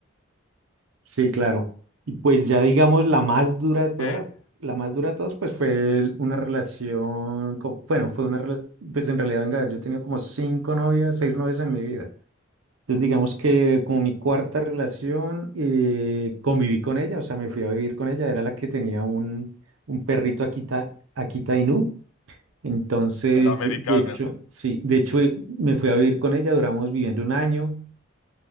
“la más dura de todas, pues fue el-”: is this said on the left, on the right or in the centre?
Right